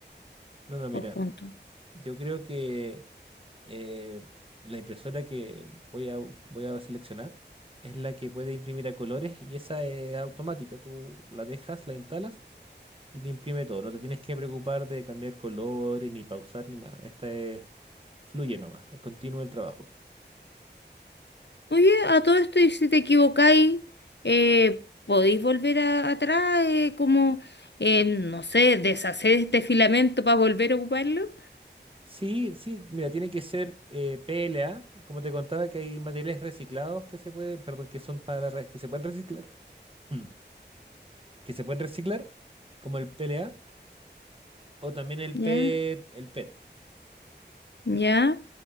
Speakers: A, on the right; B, on the left.
A: No, no, mira.
B: o juntos.
A: Yo creo que eh, la impresora que voy a, voy a seleccionar es la que puede imprimir a colores y esa es automática. Tú la dejas, la instalas. y te imprime todo. No te tienes que preocupar de cambiar colores, ni pausar, ni nada. Esta es, fluye nomás, es continuo el trabajo.
B: Oye, a todo esto, y si te equivocáis, eh, podéis volver a- atrás, eh, como, eh, no sé, deshacer este filamento para volver a ocuparlo.
A: Sí, sí, mira, tiene que ser eh, PLA, como te contaba que hay materiales reciclados que se puede, perdón, que son para re- que se pueden reciclar, mm, <clears throat> que se pueden reciclar, como el PLA o también el
B: Ya,
A: PET, el PET.
B: ya.